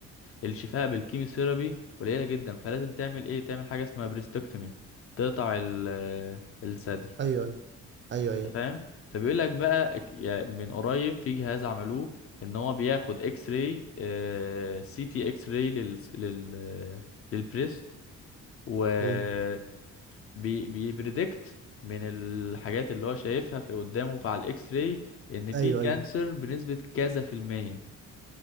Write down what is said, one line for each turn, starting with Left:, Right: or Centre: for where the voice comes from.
Left: الشفاء بالكيموثيرابي قليلة جدا فلازم تعمل ايه تعمل حاجة اسمها بريستكتومي تقطع ال... الثدي
Right: ايوه ايوه ايوه ايوه
Left: أنت فاهم فبيقول لك بقى اك- يا- من قريب في جهاز عملوه ان هو بياخد اكس راي سي تي اكس راي لل... لل... للبريست و...
Right: امم
Left: تمام بي بيبريدكت من الحاجات اللي هو شايفها في قدامه في على الاكس راي ان في
Right: ايوه
Left: كانسر
Right: ايوه
Left: بنسبة كذا في المية